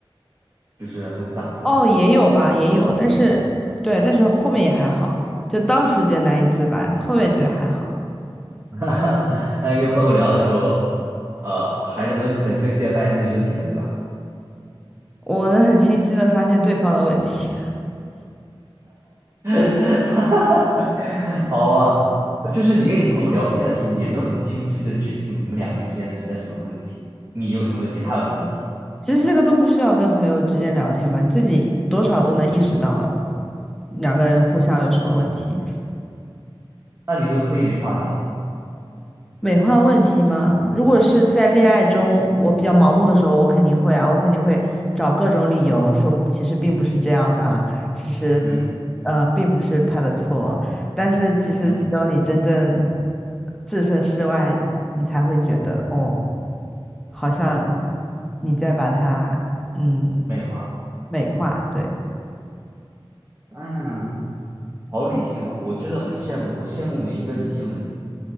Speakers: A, on the right; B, in the centre.
A: 就是很洒脱？
B: 哦，也有吧，也有，但是对，但是后面也还好，就当时觉得难以自拔，后面觉得还好。
A: <laughs> 哈哈那跟朋友聊的时候，呃，还是能很清晰的发现自己问题的，对吧？
B: 我能很清晰的发现对方的问题。
A: <laughs> 好啊，就是你跟你朋友聊天的时候，也能很清晰的指出你们两个人之间存在什么问题，你有什么问题，他有什么问题，
B: <laughs> 其实这个都不需要跟朋友之间聊天吧，你自己多少都能意识到两个人互相有什么问题。
A: 那你会刻意美化他吗？
B: 美化问题吗？如果是在恋爱中，我比较盲目的时候，我肯定会啊，我肯定会找各种理由说，其实并不是这样的啊其实，
A: 嗯
B: 呃，并不是他的错。但是其实只有你真正
A: 嗯，
B: 置身事外，你才会觉得，哦，好像你在把它，嗯，
A: 美化。
B: 美化，对。
A: 嗯。好理性啊！我真的很羡慕，我羡慕每一个理性的人